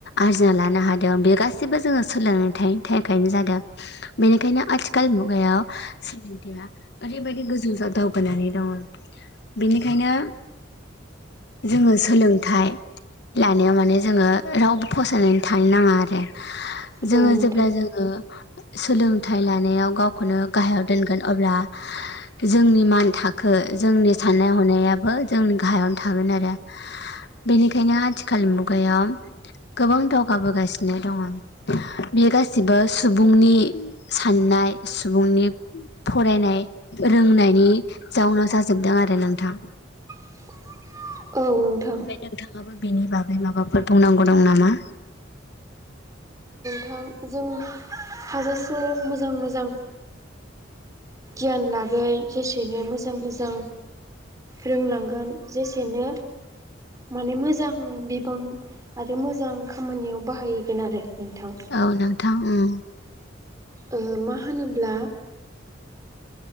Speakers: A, on the left (about 60°); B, on the right (about 20°).
A: आरजिना लानो हादों बे गासैबो जोंङो सोलोंनानै थाखायखायनो जादों। बेनिखायनो आथिखाल मुगायाव सोलोंथाया ओरैबायदि गोजौ दावगानानै दंङ। बेनिखायनो जोंङो सोलोंथाइ लानायाव माने जोङो रावबो फसायनानै थानो नाङा आरो
B: औ
A: जोङो
B: नोंथां
A: जेब्ला जोङो सोलोंथाइ लानायाव गावखौनो गाहायाव दोनगोन अब्ला जोंनि मान थाखो जोंनि साननाय हनायाबो जोंनि गाहायावनो थागोन आरो बेनिखायनो आथि खालि मुगाया गोबां दावगाबोगासिनो दङ। बे गासिबो सुबुं नि साननाय सुबुंनि फरायनाय रोंनायनि जाउनाव जाजोबदों आरो नोंथां।
B: <unintelligible> नोंथां
A: ओमफ्राय नोंथाङाबो बेनि बागै माबाफोर बुंनांगौ दं नामा?
B: थां जों हाजासे मोजां मोजां गियान लागोन जेसेनो मोजां मोजां रोंलांगोन जेसेनो माने मोजां बिबां आरो मोजां खामानियाव बाहायगोन आरो नोंथां।
A: औ नोंथां उम।
B: ओहो मा होनोब्ला